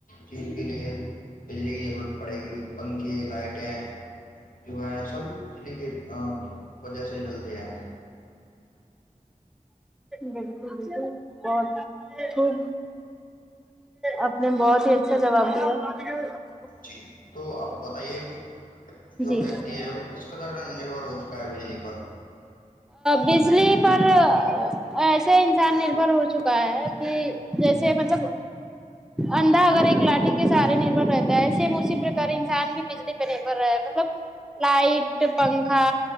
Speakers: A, on the left; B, in the centre.
A: چیز کے لیے بجلی کی ضرورت پڑے گی پنکھے لائٹیں جو ہے سب بجلی کے وجہ سے چلتے ہیں
B: بالکل بالکل بہت خوب اپپ نے بہت ہی اچھا جواب دیا <inaudible>
A: جی تو آپ بتائیے کہ جو
B: جی
A: ویکتی ہے وہ کس قدر نربھر ہو چکا ہے بجلی پر
B: بجلی پر ایسے انسان نربھر ہو چکا ہے کہ جیسے مطلب انھا اگر ایک لاٹھی کے سہارے نربھر رہتا ہے سے اسی پرک انسان بھی بجلی پہ نربھر رہا مطلب لائٹ پنکھا